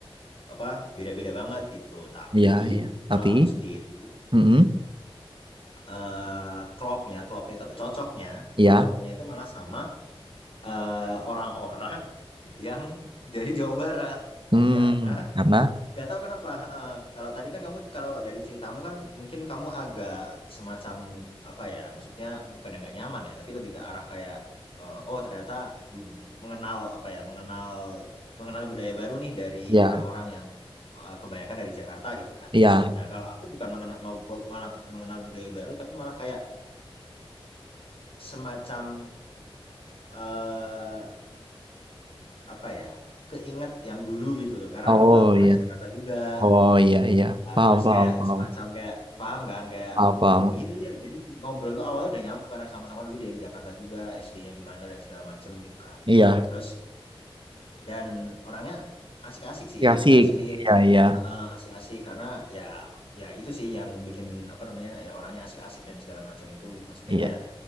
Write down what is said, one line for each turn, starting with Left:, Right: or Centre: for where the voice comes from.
Left: apa beda-beda banget gitu. Tapi
Right: iya, iya.
Left: kalau
Right: Tapi,
Left: aku sendiri
Right: mm
Left: eh klopnya, klopnya atau cocoknya,
Right: iya,
Left: cocoknya itu malah sama eh, orang-orang <laughs> yang dari Jawa Barat
Right: hmm,
Left: karena
Right: karena,
Left: Gak tahu kenapa. eh, kalau tadi kan kamu, kalau dari ceritamu kan mungkin kamu agak semacam apa ya? Maksudnya bukan yang nggak nyaman ya, tapi lebih ke arah kayak, eh, oh ternyata bud- mengenal apa ya? Mengenal mengenal budaya baru nih dari
Right: ya,
Left: orang-orang yang eh, kebanyakan dari Jakarta gitu kan.
Right: iya,
Left: Nah kalau aku bukan mengenal mau- mau- malah bukan mengenal budaya baru, tapi malah kayak semacam eh apa ya? Keinget yang dulu gitu loh. Karena
Right: oh
Left: dulu aku pernah
Right: iya,
Left: di Jakarta juga.
Right: oh iya, iya,
Left: Nah,
Right: paham,
Left: terus
Right: paham,
Left: kayak
Right: paham,
Left: semacam kayak paham kan kayak
Right: paham, paham.
Left: "Oh, iya iya jadi ngobrol tuh awalnya udah nyambung karena sama-sama dulu dari Jakarta juga SD-nya di mana dan segala macem gitu kan
Right: Iya,
Left: terus dan orangnya asik-asik sih
Right: ya
Left: asik-asik
Right: sih, iya, iya.
Left: Heeh, asik-asik karena ya ya itu sih yang bikin apa namanya ya orangnya asik-asik dan segala macam itu maksudnya
Right: Iya,
Left: kayak